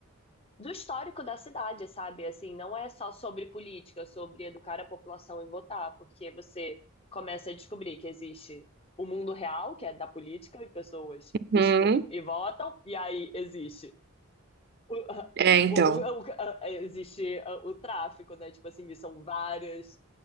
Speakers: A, on the left (about 25°); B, on the right (about 50°).
A: do histórico da cidade, sabe? Assim, não é só sobre política, sobre educar a população e votar, porque você começa a descobrir que existe o mundo real, que é da política, e pessoas que
B: Uhum.
A: estudam e votam, e aí existe o, <laughs>
B: É, então.
A: o, o- o- existe uh, o tráfico, né? Tipo assim, são várias,